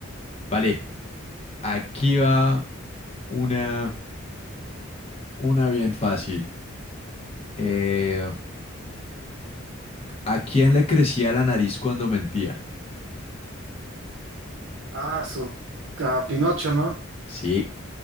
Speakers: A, on the left (about 30°); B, on the right (about 65°).
A: Vale, aquí va una, una bien fácil. Eh, ¿a quién le crecía la nariz cuando mentía?
B: Ah, su. ah, Pinocho, ¿no?
A: Sí,